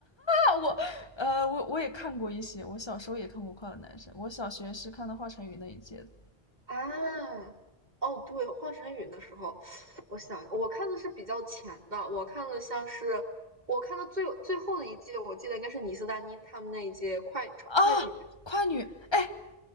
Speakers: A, on the left (about 25°); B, on the right (about 45°).
A: 啊，我，呃，我我也看过一些，我小时候也看过《快乐男生》，我小学是看到华晨宇那一届的。
B: 啊，哦，对，华晨宇的时候，我想我看的是比较前的，我看的像是我看的最最后的一季，我记得应该是倪斯丹妮他们那一届快快女，
A: 啊，快女，哎